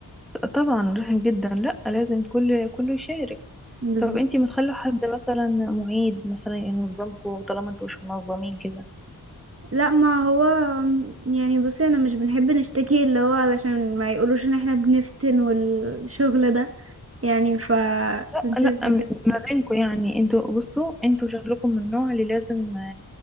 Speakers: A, in the centre; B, on the right (about 40°).
A: طبعا رحم جدا لا لازم كل كله يشارك
B: بالظبط
A: طب انتي متخلوا حد مثلا معيد مثلا ينظمكوا طالما انتوا مش منظمين كده
B: لا ما هو يعني بصي انا مش بنحب نشتكي اللي هو علشان ما يقولوش ان احنا بنفتن والشغل ده يعني ف
A: لا
B: بنسيبها
A: لا م-
B: كده
A: ما بينكوا يعني انتوا بصوا انتوا شكلكم من النوع اللي لازم